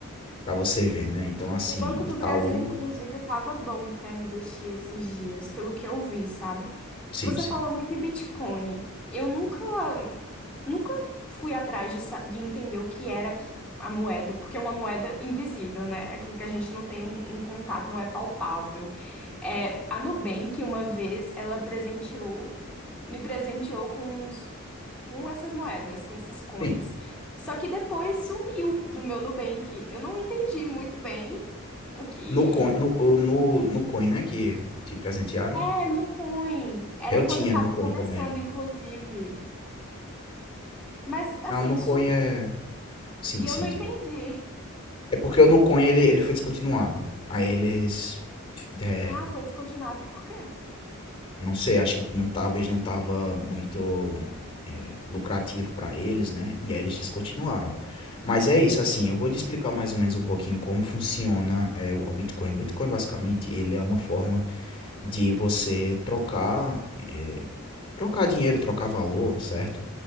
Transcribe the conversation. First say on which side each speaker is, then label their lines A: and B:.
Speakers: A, on the left (about 25°); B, in the centre.
A: para você ver, né? Então,
B: Sim,
A: assim,
B: O Banco
A: Itaú,
B: do Brasil, inclusive, estava bom para investir esses dias, pelo que eu vi, sabe?
A: sim,
B: Você
A: sim,
B: fala muito de Bitcoin. Eu nunca, nunca fui atrás de, sa- de entender o que era que- a moeda, porque é uma moeda invisível, né? Aquilo que a gente não tem um, um contato, não é palpável. É, a Nubank, uma vez, ela presenteou, me presenteou com, uns- com essas moedas, com esses coins.
A: sim.
B: Só que depois sumiu do meu Nubank. Eu não entendi muito bem o que.
A: No coin, no, o- no, no coin, né, que te presentearam,
B: É, no coin. Era
A: eu tinha
B: quando tava
A: no coin
B: começando,
A: também.
B: inclusive. Mas assim,
A: Não, no coin
B: sumiu
A: é, sim,
B: e
A: sim,
B: eu não entendi.
A: digo. É porque o no coin ele, ele foi descontinuado. Aí eles, é,
B: Ah, foi descontinuado por quê?
A: Não sei, acho que não, talvez não estava muito é, lucrativo para eles, né? E aí eles descontinuaram. Mas é isso, assim, eu vou te explicar mais ou menos um pouquinho como funciona é, o o Bitcoin. O Bitcoin, basicamente, ele é uma forma de você trocar, é, trocar dinheiro, trocar valor, certo?